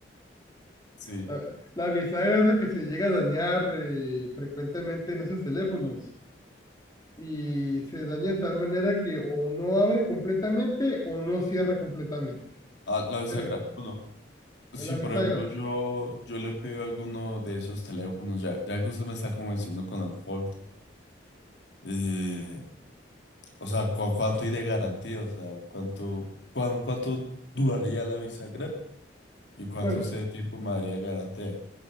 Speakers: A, on the left (about 65°); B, on the left (about 20°).
A: Sí,
B: La, la bisagra es lo que se llega a dañar eh, frecuentemente en esos teléfonos y se daña de tal manera que o no abre completamente o no cierra completamente.
A: ah, la bisagra,
B: Pero
A: bueno,
B: la
A: si por
B: bisagra,
A: ejemplo yo, yo le pido alguno de esos teléfonos, ya, ya que usted me está convenciendo con el Fold, eh, o sea, ¿cu- cuánto hay de garantía? O sea, ¿cuánto, cuán- cuánto duraría la bisagra y cuánto
B: bueno,
A: usted de tiempo me daría de garantía?